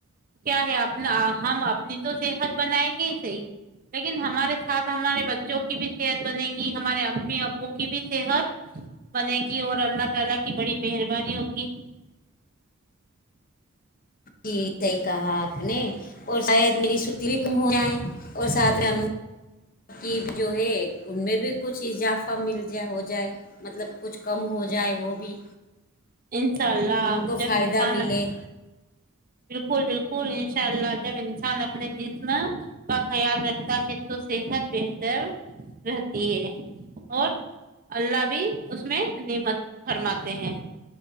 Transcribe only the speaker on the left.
جی صحیح کہا آپ نے اور شاید میری چھٹی بھی کم ہو جائے اور ساتھ میں ترکیب جو ہے ان میں بھی کچھ اضافہ مل جائے ہو جائے مطلب کچھ کم ہو جائے وہ بھی
ان کو
فائدہ
ملے